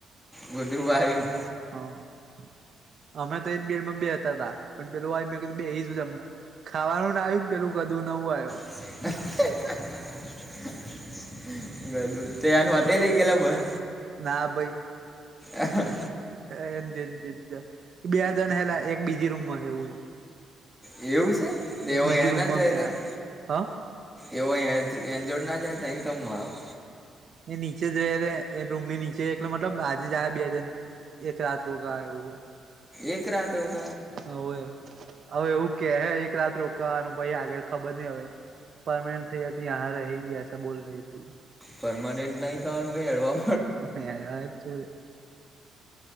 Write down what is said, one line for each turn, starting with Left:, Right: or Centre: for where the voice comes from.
Centre: વધુ વારીને.
Right: હા અમે તો એજ બેડમાં બેતા હતા પણ પેલું મેં કધું બેશું જમમાં. ખાવાનું ના આવ્યું ને પેલું કધું નવું આવ્યું.
Centre: <inaudible> બધું તનું વાતેય લઇ ગેલા ભર.
Right: ના ભાઈ.
Centre: આ હ હ..
Right: <unintelligible> એ બે જણ હેલા એક બીજી રૂમમાં એવું હ.
Centre: એવું છે તેવો
Right: બીજી
Centre: એ
Right: રૂમમાં
Centre: ના જાય
Right: મે
Centre: તારે.
Right: આ હા
Centre: એવો એ એન જોડ ના જાય અઇ કેમ નો આવો.
Right: એ નીચે જોઈ રહેલે એ રૂમ ની નીચે એટલે મતલબ આજે જ આવે બે જન. એક રાત્ર રોકા હવે.
Centre: એક રાહતોગ.
Right: હવે હવે એવું કે હે એક રાત રોકાવાનું પાઈ આગળ ખબર નઈ હવે. પરમાનેન્ટ થઈ આ રહી ગયા બોલ રહી તથી.
Centre: પરર્માનન્ટ નહી થવાનું ક હળવા.
Right: તમે આવ્યા જોડે.